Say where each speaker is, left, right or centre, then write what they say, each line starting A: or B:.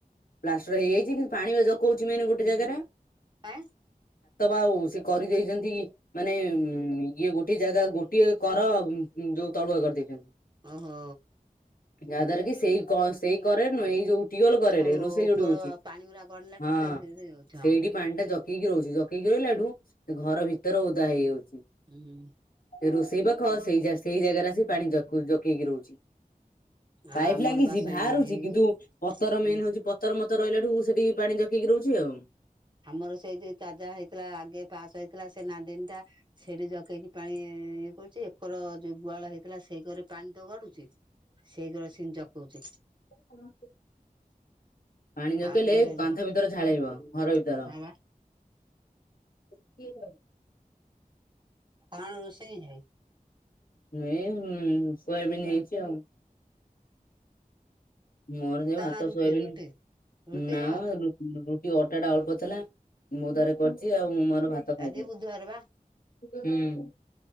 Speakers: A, on the left; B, on the right.
A: ପ୍ଲାଷ୍ଟର ହେଇଯାଇଛି କି ପାଣି ଜଉଛି <unintelligible> ମି ଗୋଟେ ଜାଗାାରେ।
B: ଆଁ।
A: ଆଉ ସେ କରିଦେଇଛନ୍ତି ମାନେ ଇଏ ଗୋଟେ ଜାଗା ଗୋଟିଏ କର ତଳୁଆ କରିଦେଇଛୁ।
B: ଓ ହୋ।
A: ଯାହାଦ୍ଵାରା କି ସେଇ ସେଇ କରେନୁ ହେ ଏଇ ଯୋଉ ଟିବଲ କରେ
B: ଓହୋ
A: ରୋଷେଇ
B: ଉପର
A: ଯୋଠେ ହଉଛି
B: ପାଣି ଗୁରା ଗଡିଲାଠୁ
A: ହଁ
B: ସେ ହଉଛି
A: ସେଇଠି
B: ହଁ
A: ପାଣି ଟା ଜକେଇକି ରହୁଛି। ହିଲାଠୁ ଘର ଭିତରେ ଓଦା ହେଇଯାଉଛି
B: ହୁଁ
A: ରୋଷେଇ ସେଇ ପାଖ ସେଇ ସେଇ ଜାଗାରେ ଆ ସେ ପାଣି ଜକ ଜକେଇକି ରହୁଛି।
B: ଆଉ
A: ପାଇପ୍
B: ଆମର
A: ଲାଗିଛି
B: ବା ସେଇ
A: ବାହାରୁଛି
B: ହେଇନି
A: କିନ୍ତୁ ପଥର
B: ହୁଁ
A: ମେନ୍ ହଉଚଛି ପଥର ମତ ରହିଲା ଠୁ ସେଠି ପାଣି ଜକେଇକି ରହୁଛି ଆଉ।
B: ଆମର ସେଇ ଯୋଉ ଚାଜା ହେଇଥିଲା ଆଗେ ପାସ୍ ହେଇଥିଲା ସେ ନାନ୍ଦନ ଟା ସେଇଠି ଜକେଇକି ପାଣି। ଇଏ କରୁଛି ଏକର ଯୋଉ ଗୁହାଳ ହେଇଥିଲା ସେଇ ଘରେ ପାଣି ତ ଗଡୁଛି ସେଇ ଘରେ ସି ଜକଉଛି।
A: ହ <unintelligible> ପାଣି ନକେଇଲେ
B: ଆଉ ନହେଲେ
A: କାନ୍ଥ ଭିତରେ ଝାଳେଇବ
B: ଉଁ
A: ଘର ଭିତର।
B: ହଁ ବା
A: କିଏ ଭ <unintelligible>
B: କଣ ରୋଷେଇ ଯାଇ <unintelligible>
A: ନଁ <unintelligible> ସୋୟାବନ୍ ହେଇଛି ଆଉ। ମୋର ସେ ଭାତ
B: ନା ରୁଟି
A: ସୋୟବିନ୍
B: ରୁଟି ରୁଟି
A: ନାମ
B: ନା ଭାତ
A: ରୁଟି <unintelligible> ଟ ଅଟା ଟା ଅଳ୍ପ ଥିଲା ମୁଁ ତାର କରିଛି ଆଉ ମୁଁ ମୋର ଭାତ ଖାଇଦେବି
B: ଆଜି ବୁଧବାର ବା।
A: ହୁଁ